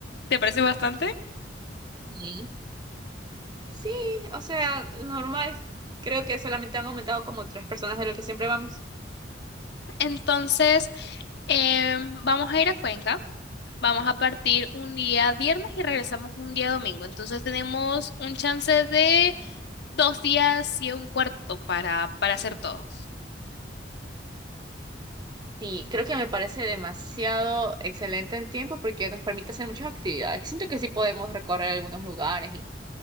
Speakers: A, on the left (about 65°); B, on the right (about 25°).
A: ¿Te parece bastante?
B: Sí, Sí, o sea, normal. Creo que solamente han aumentado como tres personas de lo que siempre vamos.
A: Entonces, em, vamos a ir a Cuenca. Vamos a partir un día viernes y regresamos un día domingo. Entonces tenemos un chance de dos días y un cuarto para, para hacer todo.
B: Sí, creo que me parece demasiado excelente el tiempo porque nos permite hacer muchas actividades. Siento que sí podemos recorrer algunos lugares